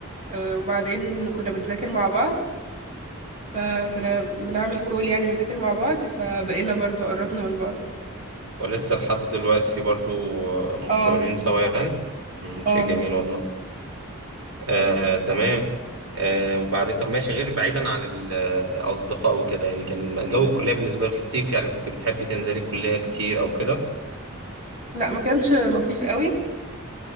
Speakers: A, on the right; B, on the right.
A: آه، وبعدين كنا بنذاكر مع بعض فكنا بنعمل كول يعني ونذاكر مع بعض فبقينا برضو قربنا من بعض
B: ولسه لحد دلوقتي برضو آه، مستمرين
A: اه
B: سوا يعني مم،
A: اه
B: شيء جميل والله آه تمام آه وبعدين طب ماشي غير بعيدا عن الأصدقاء وكده يعني كان جو الكلية بالنسبة لك لطيف يعني كنت بتحبي تنزلي الكلية كتير أو كده
A: لا ما كانش لطيف قوي